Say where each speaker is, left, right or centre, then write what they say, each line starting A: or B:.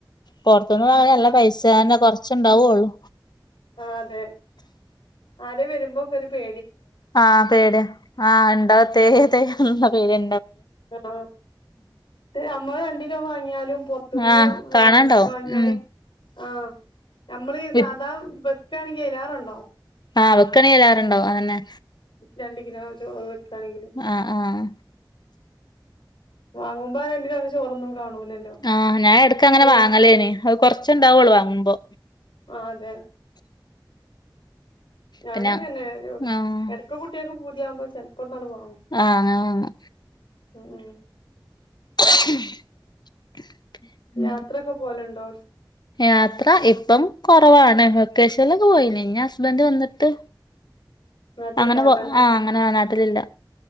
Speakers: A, on the left; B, on the left.
A: പൊറത്ത്ന്ന് വങ്ങ്‌യ
B: വേം
A: നല്ല പൈസ അതന്നെ കൊറച്ച്ണ്ടാവുള്ളു.
B: ആ അതെ ആരെ വരുമ്പോക്കെ ഒരു പേ
A: ആ പേടിയ ആ ഉണ്ടാവു തേയ് തേയ്ന്ന പേടിയാ.
B: ഉം ഇത് അമ്മ രണ്ടിലോ വാങ്ങിയ ഞാലും പൊർത്തന്ന്
A: ആഹ് കാണാണ്ടാവും
B: വാങ്ങ് വാങ്ങിയാല്
A: ഉം
B: ആഹ് നമ്മള്
A: വി
B: സാദാ വെക്കാണെങ്കില് അയ്ലാറെ ഇണ്ടാവും
A: ആഹ് വെക്കാണി അയ്ലാറെണ്ടാവും അതന്നെ
B: രണ്ട്കിലോ ചോറ് വെക്കാണെങ്കില്
A: ആഹ് ആഹ്
B: വാങ്ങുമ്പോ രണ്ടിലോന്റെ ചോറൊന്നും കാണൂലല്ലോ
A: ആഹ് ഞാൻ എടക്ക് അങ്ങനെ
B: ഉ
A: വാങ്ങലേന് അത് കൊറച്ചുണ്ടാ വൊള്ളു വാങ്ങുമ്പോ
B: ആ അതെ ഞാനും
A: പിന്നെ
B: അങ്ങന്നെ
A: ആഹ്
B: എടക്ക് കുട്ടിയേക്ക് പൂതിയാവുമ്പോ ചെലപ്പോ ഒന്നണ്ട് വാ
A: ആഹ് അങ്ങനെ വാങ്ങും.
B: ഉം ഉം
A: <unintelligible> ഉം
B: യാത്രൊക്കെ പോലണ്ടോ?
A: യാത്ര ഇപ്പം കൊറവാണ്. വക്കേഷൻ ലൊക്ക പോയിന് ഇഞ്ഞി ഹസ്ബന്ഡ് വന്ന് ട്ട്
B: നാട്ടിണ്ടാവൂലല്ലേ
A: അങ്ങനെ പോ ആഹ് അങ്ങനെ നാട്ടിലില്ല.